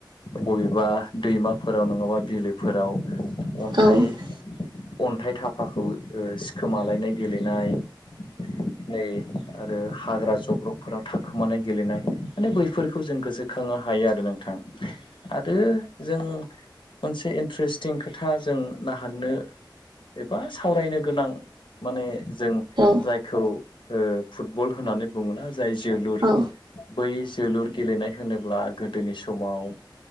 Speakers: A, on the left; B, on the right.
A: बबेबा दैमाफोराव नङाबा बिलोफोराव अन्थाइ
B: औ औ
A: अन्थाइ थाफाखौ ओ सिखोमालायनाय गेलेनाय <unintelligible> नै आरो हाग्रा जब्रबफोराव थाखोमानाय गेलेनाय माने बैफोरखौ जों गोसोखाङो हायो आरो नोंथां आरो जों मोनसे इन्ट्रेस्टिं खोथा जों नाहाननो एबा सावरायनो गोनां माने जों
B: औ
A: जायखौ ओ फुटबल होननानै बुङोना जाय जोलुर
B: औ
A: बै जोलुर गेलेनाय होनोब्ला गोदोनि समाव